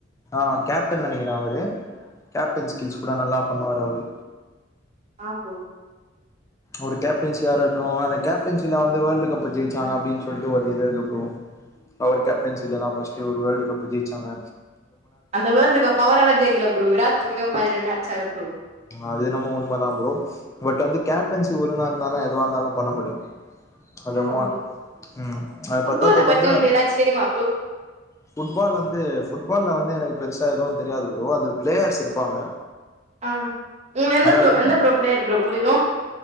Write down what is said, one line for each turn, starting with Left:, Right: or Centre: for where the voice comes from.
Left: அ கேப்டன் நெனைக்கிற அவரு கேப்டன் ஸ்கில்ஸ் கூட நல்லா பண்ணுவாரு அவுரு
Right: ஆம் ப்ரோ
Left: ஒரு கேப்டென்சியாருக்டு அந்த கேப்டென்சில வந்து வேர்ல்டு கப் ஜெய்ச்சாங்க அப்டின் சொல்ட்டு ஒரு இது இருக் ப்ரோ அவுர் கேப்டன்சில தா ஃபர்ஸ்ட்டு ஒரு வேர்ல்டு் கப் ஜெய்ச்சாங்க
Right: அந்த வேல்டு் கப் அவரால ஜெயிக்கல ப்ரோ விராட் கோலியு பாதி ரன் அச்சாரு ப்ரோ
Left: அது என்னமோ உண்ம தா ப்ரோ பட் அந்து கேப்டன்சி ஒலுங்கா இருந்தா தா எதுவா இருந்தாலு பண்ண முடியு அலுமா
Right: ஆமா ப்ரோ
Left: ம் அ
Right: ஃபுட்பால
Left: பத்தாததுக்கு
Right: பத்தி
Left: வந்து
Right: உங்களுக்கு ஏதாச்சு தெரியுமா ப்ரோ
Left: ஃபுட்பால் வந்து ஃபுட்பால்ல வந்து எனக்கு பெருசா எதுவு தெரியாது ப்ரோ அதில் பிளேயர்ஸ் இருப்பாங்க
Right: அ இவ்ல எந்த
Left: அதாவது
Right: ப்ளோ எந்த ப்ரோ ப்ளேயர் ப்ரோ புடிக்கு